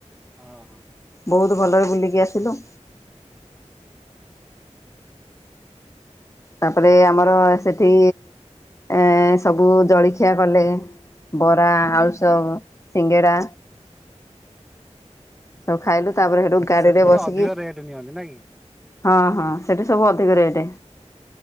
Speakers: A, in the centre; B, on the left.
A: ହଁ ହଁ।
B: ବହୁତ ଭଲରେ ବୁଲିକି ଆସିଲୁ। ତାପରେ ଆମର ସେଠି ଏ ସବୁ ଜଳଖିଆ କଲେ ବରା ଆଳୁଚପ୍ ସିଙ୍ଗେଡ଼ା ସବୁ ଖାଇଲୁ ତାପରେ ହେଟୁ ଗାଡିରେ
A: ସେଠି ଟିକେ
B: ବସିକି
A: ଅଧିକ ରେଟ୍ ନିଅନ୍ତି ନାଇଁ କି?
B: ହଁ ହଁ ସେଠି ସବୁ ଅଧିକ ରେଟେ